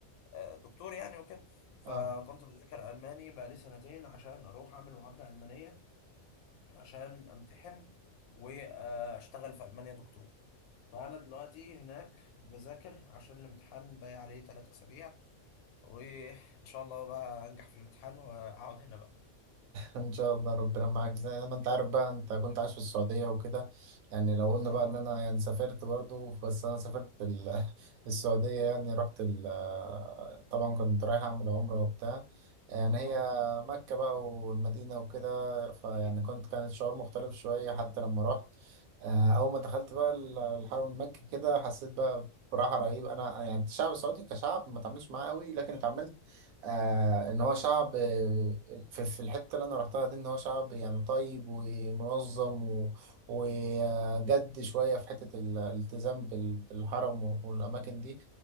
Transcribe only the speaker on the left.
آه، دكتور يعني وكده فكنت
بذاكر الماني بقالي سنتين عشان اروح اعمل معادله المانيه عشان امتحن واشتغل في المانيا دكتور فانا دلوقتي هناك بذاكر عشان الامتحان باقي عليه ثلاث اسابيع وان شاء الله بقى انجح في الامتحان واقعد هنا بقى
اه
اه
اكيد